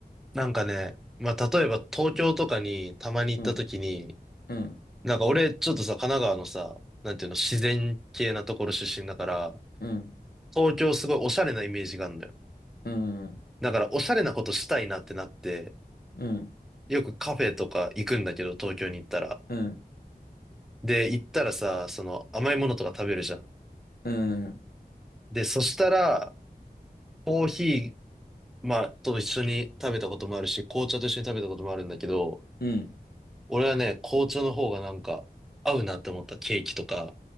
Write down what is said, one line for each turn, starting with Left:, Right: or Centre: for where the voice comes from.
Centre: なんかね、まあ、例えば東京とかにたまに行った時に、
Left: うん、うん、
Centre: なんか俺ちょっとさ、神奈川のさ、なんていうの、自然系なところ出身だから、
Left: うん、
Centre: 東京すごいおしゃれなイメージがあるんだよ。
Left: うん、うん、
Centre: だからおしゃれなことしたいなってなって、
Left: うん、
Centre: よくカフェとか行くんだけど、東京に行ったら。
Left: うん、
Centre: で、行ったらさ、その甘いものとか食べるじゃん。
Left: うん。
Centre: で、そしたら、コーヒー、まあ、と一緒に食べたこともあるし、紅茶と一緒に食べたこともあるんだけど、
Left: うん
Centre: 俺はね、紅茶の方がなんか合うなって思ったケーキとか、